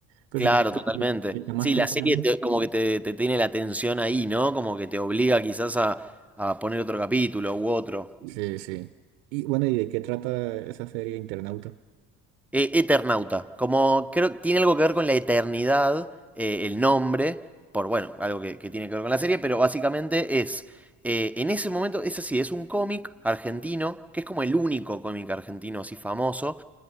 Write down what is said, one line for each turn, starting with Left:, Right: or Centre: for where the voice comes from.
Right: Pero
Centre: Claro,
Right: si también
Centre: totalmente.
Right: si está más
Centre: Sí,
Right: temprano.
Centre: la serie te- como que te, te tiene la atención ahí, ¿no? Como que te obliga quizás a, a poner otro capítulo u otro.
Right: Sí, sí. Y bueno, ¿y de qué trata esa serie Internauta?
Centre: E- Eternauta, como creo que tiene algo que ver con la eternidad, eh, el nombre, por bueno, algo que, que tiene que ver con la serie, pero básicamente es, eh, en ese momento, es así, es un cómic argentino, que es como el único cómic argentino así famoso,